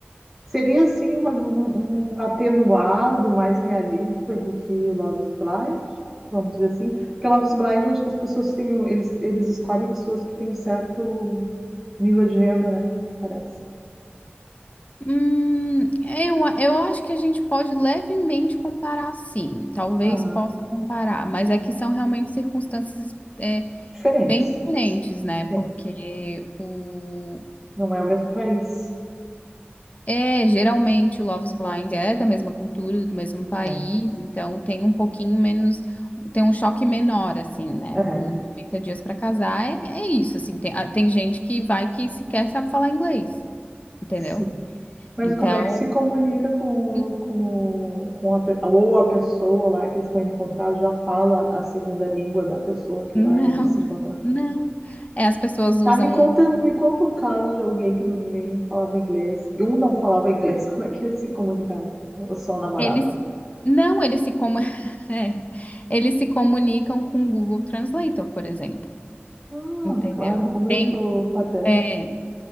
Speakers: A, in the centre; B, on the left (about 35°).
A: Seria assim uma- um, um atenuado mais realista do que o Love is Blind, vamos dizer assim, porque Love is Blind eu acho que as pessoas têm, um- eles, eles escolhem pessoas que têm um certo nível de renda, né? Parece.
B: Hum, eu, a- eu acho que a gente pode levemente comparar, sim. Talvez
A: Aham.
B: possa comparar, mas é que são realmente circunstâncias é,
A: Diferentes.
B: bem diferentes, né? Porque
A: Sim.
B: o
A: Não é o mesmo país.
B: É, geralmente o Love is Blind é da mesma cultura, do mesmo país,
A: É,
B: então tem um pouquinho menos, tem um choque menor, assim, né?
A: é,
B: O 90 dias pra casar é, é isso, assim, tem, ah, tem gente que vai que sequer sabe falar inglês, entendeu?
A: sim. Mas
B: Então,
A: como é que se comunica com,
B: en-
A: o- com, o- com a, pe- ou a pessoa lá que eles estão indo encontrar já fala a segunda língua da pessoa que
B: não, <laughs>
A: vai se encontrar?
B: não. É, as pessoas usam,
A: Tá, me conta, um- me conta um caso de alguém que não- nenhum falava inglês. E um não falava inglês, <laughs> como é que eles se comunicavam? Ou só namoravam?
B: eles, não, eles se, comu- <laughs> é, eles se comunicam com o Google Translator, por exemplo,
A: Ah,
B: entendeu?
A: claro, como
B: Tem,
A: eu sou pateta.
B: É,